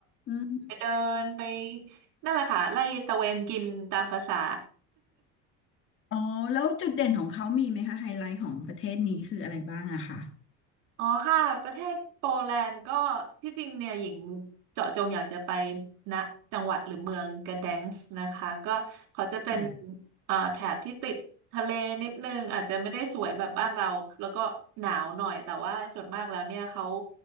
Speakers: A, on the left; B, on the right.
A: อืม
B: ไปเดินไปนั่นแหละค่ะไล่ตะเวนกินตามภาษา
A: อ๋อแล้วจุดเด่นของเขามีไหมคะไฮไลท์ของประเทศนี้คืออะไรบ้างอะค่ะ
B: อ๋อค่ะประเทศโปแลนด์ก็ที่จริงเนี่ยหญิงเจาะจงอยากจะไปนะจังหวัดหรือเมืองกระแดงส์นะคะก็เขาจะเป็น
A: อืม
B: เอ่อแถบที่ติดทะเลนิดนึงอาจจะไม่ได้สวยแบบบ้านเราแล้วก็หนาวหน่อยแต่ว่าส่วนมากแล้วเนี่ยเขา